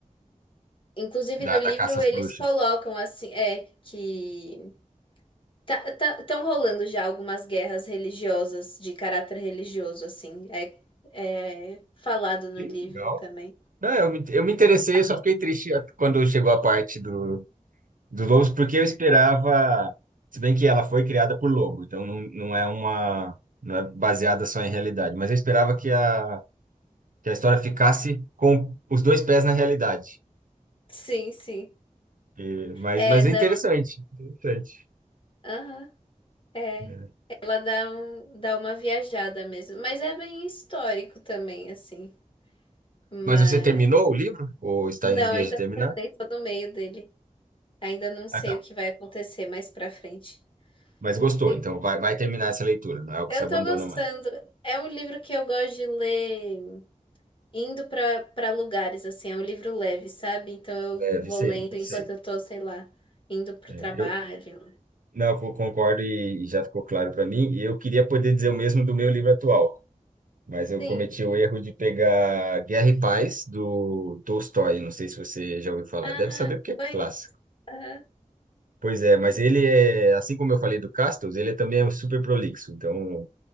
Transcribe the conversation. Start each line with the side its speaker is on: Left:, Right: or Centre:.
Left: Inclusive
Right: da,
Left: no livro
Right: da caça às
Left: eles
Right: bruxas.
Left: colocam, assim, é, que... Tá, tá, tão rolando já algumas guerras religiosas, de caráter religioso, assim. É, é falado no
Right: Que legal.
Left: livro também.
Right: Não, eu me, eu me interessei,
Left: E-
Right: eu só fiquei triste quando chegou a parte do, dos lobos, porque eu esperava, se bem que ela foi criada por lobo, então não, não é uma, não é baseada só em realidade, mas eu esperava que a que a história ficasse com os dois pés na realidade.
Left: Sim, sim.
Right: E- mas,
Left: É,
Right: mas
Left: não.
Right: é interessante, interessante.
Left: Aham, é.
Right: É.
Left: Ela dá, um, dá uma viajada mesmo. Mas é bem histórico também, assim. Mas.
Right: Mas você terminou o livro? Ou está
Left: Não,
Right: em vias
Left: ainda
Right: de terminar?
Left: não terminei, tô no meio dele. Ainda não sei
Right: Ah, tá.
Left: o que vai acontecer mais pra frente.
Right: Mas gostou,
Left: Tem...
Right: então vai, vai terminar essa leitura, não é o que
Left: Eu
Right: se abandona
Left: tô gostando.
Right: mais.
Left: É um livro que eu gosto de ler. indo pra para lugares, assim, é um livro leve, sabe? Então eu
Right: É,
Left: vou
Right: sei,
Left: lendo enquanto
Right: sei.
Left: eu tô, sei lá, indo pro
Right: É,
Left: trabalho.
Right: eu não, eu concordo e e já ficou claro para mim. E eu queria poder dizer o mesmo do meu livro atual, mas eu
Left: Sim.
Right: cometi o erro de pegar Guerra e Paz, do Tolstói. Não sei se você já ouviu falar.
Left: Ah,
Right: Deve saber porque é
Left: foi
Right: clássico.
Left: isso. Aham.
Right: Pois é, mas ele é, assim como eu falei do Castles, ele também é um super prolixo. Então,